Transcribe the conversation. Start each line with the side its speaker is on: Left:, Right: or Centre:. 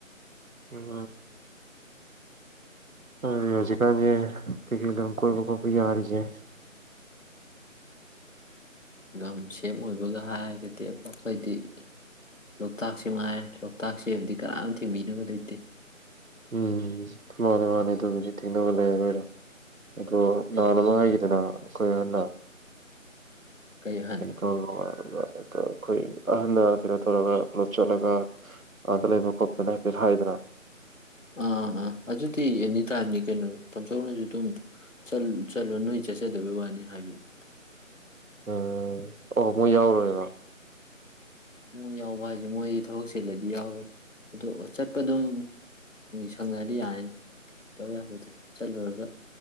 Right: ꯎꯝ ꯑꯗꯨꯗꯤ ꯍꯧꯖꯤꯛꯀꯥꯟꯁ ꯀꯩꯀꯩ ꯑꯗꯨ ꯀꯣꯏꯕ ꯈꯣꯠꯄ ꯌꯥꯔꯤꯌꯦꯦ
Left: ꯂꯝ ꯁꯦꯝ ꯑꯣꯏꯕꯒ ꯍꯥꯏꯔꯒꯗꯤ ꯑꯩꯈꯣꯏꯗꯤ ꯂꯣꯛꯇꯥꯛꯁꯤꯦ ꯃꯥꯏꯔꯦ ꯂꯣꯛꯇꯥꯛ ꯁꯦꯝꯦꯕꯗꯤ ꯀꯅꯥꯝ ꯊꯤꯡꯕꯤꯅꯕ ꯂꯩꯇꯦ
Right: ꯎꯝ ꯃꯥꯅꯦ ꯃꯥꯅꯦ ꯑꯗꯨꯕꯨꯗꯤ ꯊꯦꯡꯅꯕ ꯂꯩꯔ ꯂꯣꯏꯔꯥ ꯑꯗꯣ ꯅꯍꯥꯟ ꯑꯃ ꯍꯥꯏꯈꯤꯗꯅ ꯑꯩꯈꯣꯏ ꯑꯍꯟꯅ
Left: ꯀꯩ ꯑꯍꯟ
Right: ꯌꯥꯝ ꯅꯨꯡꯉꯥꯏ ꯅꯨꯡ ꯑꯗꯣ ꯑꯩꯈꯣꯏ ꯑꯍꯅ ꯀꯩꯅꯣ ꯇꯧꯔꯒ ꯀ꯭ꯂꯣꯠ ꯆꯠꯂꯒ ꯑꯥꯗ ꯂꯩꯕ ꯀꯣꯄꯦꯦꯟ ꯍꯥꯏꯐꯦꯠ ꯍꯥꯏꯗꯅ
Left: ꯑꯥ ꯑꯥ ꯑꯥ ꯑꯗꯨꯗꯤ ꯑꯦꯅꯤ ꯇꯥꯏꯝꯅꯤ ꯀꯩꯅꯣ ꯇꯥꯝꯁꯧꯅꯁꯨ ꯑꯗꯨꯝ ꯆꯠꯂꯣ ꯅꯣꯏ ꯆꯠꯆꯗꯕꯩ ꯋꯥꯅꯤ ꯍꯥꯏꯕꯤꯅꯨ
Right: ꯎꯝ ꯑꯣ ꯃꯣꯏ ꯌꯥꯎꯔꯣꯏꯕ
Left: ꯃꯣꯏ ꯌꯥꯎꯕ ꯍꯥꯏꯁꯦ ꯃꯣꯏꯗꯤ ꯊꯕꯛ ꯆꯤꯜꯂꯗꯤ ꯌꯥꯎꯔꯣꯏ ꯑꯗꯣ ꯆꯠꯄ ꯑꯗꯨꯝ ꯁꯪꯅꯔꯗꯤ ꯌꯥꯅꯤꯗꯧ ꯌꯥꯔꯣꯏ ꯆꯠꯂꯨꯔꯒ